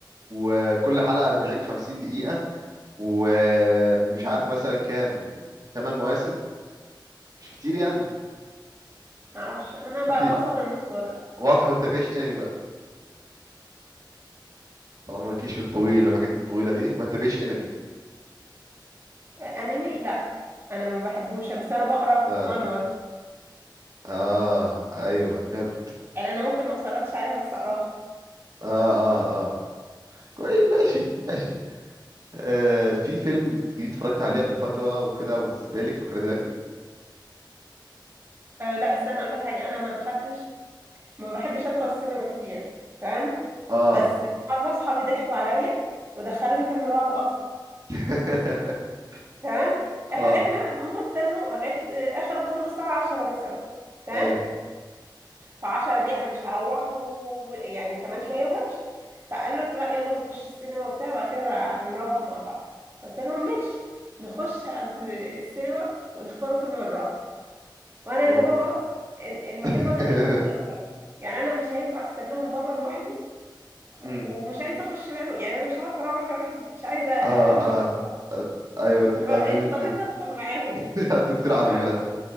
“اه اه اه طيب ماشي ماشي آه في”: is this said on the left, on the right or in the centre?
Right